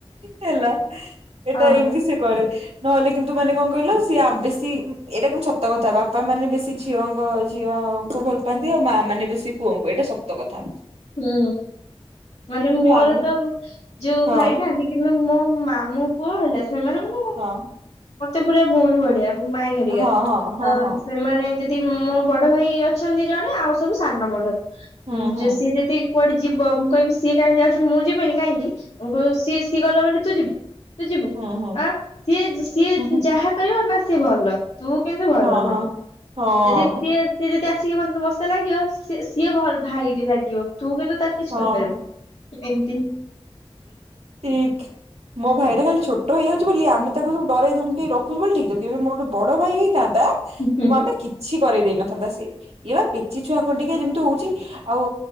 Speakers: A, on the right; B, on the left.
A: ହେଲା ଏଟା
B: ହଁ
A: ଏମିତି ସେ କରେ ନହେଲେ କିନ୍ତୁ ମାନେ କଣ କହିଲ ସିଏ ବେଶୀ ଏଇଟା କିନ୍ତୁ ସତ କଥା ବାପା ମାନେ ବେଶୀ ଝିଅଙ୍କ ଝିଅଙ୍କୁ ଭଲ ପାଆନ୍ତି ଆଉ ମା ମାନେ ବେଶୀ ପୁଅଙ୍କୁ ଏଇଟା ସତ କଥା।
B: ହୁଁ ମାନେ ମୋର
A: ଆମେ
B: ତ ଯୋଉ
A: ହଁ
B: ଭାଇ ନାହାଁନ୍ତି କିନ୍ତୁ ମୋ ମାମୁଁ ପୁଅ ହେଲା ସେମାନେ ମାନେ
A: ହଁ।
B: ମତେ ପୁରା ଭଉଣୀ ଭଳିଆ ମାଇଁ ହେରିକା
A: ହଁ ହଁ ହଁ
B: ତ
A: ହଁ
B: ସେମାନେ ଯଦି ନ୍ତି ମୋ ବଡ ଭାଇ ଅଛନ୍ତି ଜଣେ ଆଉ ସବୁ ସାନ ମୋ ଠାରୁ
A: ହୁଁ
B: ହଁ
A: ହୁଁ
B: ଯେ ସେ ଯଦି ସିଏ କୁଆଡେ ଯିବ ମୁଁ କହିବି ସିଏ କାହିଁକି ଯାଉଛି ମୁଁ ଯିବିନି କାହିଁକି ବୋଉ କହିବ ସିଏ ସିଏ ଗଲା ବୋଲି ତୁ ଯିବୁ ତୁ ଯିବୁ
A: ହୁଁ ହୁଁ
B: ଆଁ ସିଏ ସିଏ
A: ହୁଁ
B: ଯାହା କରିବ ନା ସେ ଭଲ ତୁ କିନ୍ତୁ ଭଲ
A: ହଁ ହଁ
B: ନୁହଁ।
A: ହଁ
B: ଯଦି ସିଏ ସିଏ ଯଦି ଆସି। ସିଏ ଯଦି ମୋ ସହିତ ଲାଗିବ ସିଏ ସିଏ ଭାଇଟି ଲାଗିବ। ତୁ କିନ୍ତୁ ତାକୁ କିଛି
A: ହଁ
B: କରିପାରିବୁନି ଏମିତି
A: ଠିକ। ମୋ ଭାଇଟା ଖାଲି ଛୋଟ ହେଇଯାଉଛି ବୋଲି ଆମେ ତାକୁ ସବୁ ଡରେଇ ଧମକେଇ ରଖୁଛୁ ବୋଲିି ଠିକ୍ ଯଦି ଏବେ ମୋର ବଡ ଭାଇ ହେଇ ଥାନ୍ତା
B: ହୁଁ
A: ମ ଆମେ କିଛି କରେଇ ଦେଇ ନଥାନ୍ତା ସିଏ, ଇଏ ବା ପେଚି ଛୁଆ ଖ ଟିକେ ଯେମିତି ହଉଛି ଆଉ